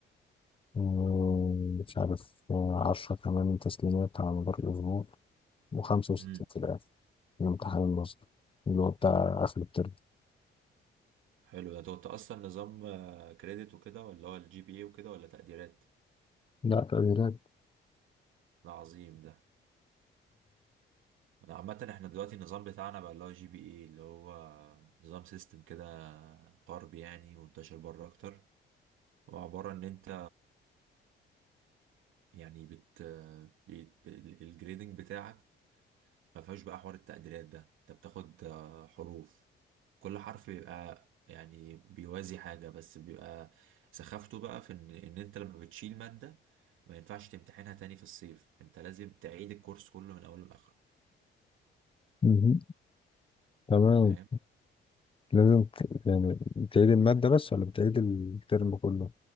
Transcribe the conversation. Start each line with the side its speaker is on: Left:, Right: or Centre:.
Left: ومش عارف 10 كمان تسليمات على مدار الأسبوع و65
Right: امم
Left: في الآخر الامتحان النظري اللي هو بتاع آخر الترم
Right: حلو ده انت كنت اصلا نظام كريدت وكده ولا هو الجي بي اي وكده ولا تقديرات
Left: لا تغييرات
Right: ده عظيم ده انا عامة احنا دلوقتي النظام بتاعنا بقى اللي هو جي بي اي اللي هو نظام سيستم كده غربي يعني منتشر بره اكتر وعبارة ان انت يعني بت, بت... الجريدنج بتاعك ما فيهاش بقى حوار التقديرات ده انت بتاخد آه، حروف كل حرف بيبقى يعني بيوازي حاجة بس بيبقى سخافته بقى في ان, إن انت لما بتشيل مادة ما ينفعش تمتحنها تاني في الصيف انت لازم تعيد الكورس كله من اوله لاخره
Left: مهم. تمام
Right: فاهم
Left: لازم ت- يعني بتعيد المادة بس ولا بتعيد الترم كله؟